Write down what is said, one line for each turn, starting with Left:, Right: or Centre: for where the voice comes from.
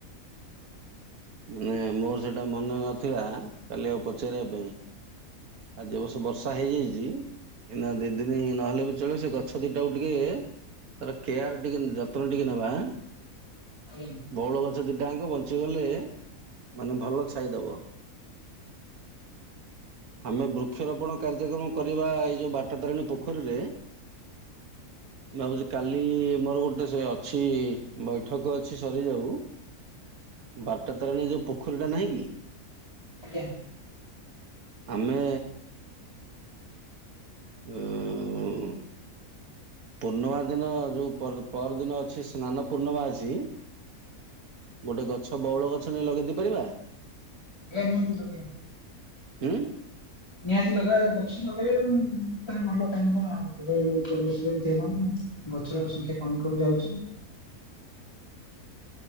Right: ମାନେ ମୋର ସେଇଟା ମନେ ନଥିଲା କାଲି ଆଉ ପଚାରିବା ପାଇଁ। ଆଜି ଅବଶ୍ୟ ବର୍ଷା ହେଇଯାଇଛି ଏଇନା ଦି ଦିନି ନହେଲେ ବି ଚଳିବ ସେ ଗଛ ଦିଟାକୁ ଟିକେ ତାର କେୟାର ଟିକେ ଯତ୍ନ ଟିକେ ନେବା।
Left: ଆଜ୍ଞା।
Right: ବଉଳ ଗଛ ଦିଇଟା ଆଙ୍କ ବଞ୍ଚିଗଲେ ମାନେ ଭଲ ଛାଇଦବ। ଆମେ ବୃକ୍ଷରୋପଣ କାର୍ଯ୍ୟକ୍ରମ କରିବା ଏଇ ଯୋଉ ବାଟ ତାରିଣୀ ପୋଖରୀରେ ଭାବୁଛି କାଲି ମୋର ଗୋଟେ ସେ ଅଛି ବୈଠକ ଅଛି ସରିଯାଉ। ବାଟା ତାରଣୀ ଯେଉଁ ପୋଖରୀଟା ନାହିଁ କି।
Left: ଆଜ୍ଞା।
Right: ଆମେ ଉଁ ପୂର୍ଣ୍ଣିମା ଦିନ ଯୋଉ ପରଦିନ ଅଛି ସ୍ନାନ ପୂର୍ଣ୍ଣିମା ଅଛି ଗୋଟେ ଗଛ ବଉଳ ଗଛ ନେଇ ଲଗେଇ ଦେଇଇ ପାରିବା।
Left: <unintelligible>
Right: ଉଁ।
Left: ନିହାତି ଲଗାଅ ଗଛ ଲଗେଇେବେ ଭଲ କାହିଁ କଣ ପରିବେଶ ଏମିତି ହେଲାଣି। ଗଛର ସଂଖ୍ୟା କମି କମି ଯାଉଛି।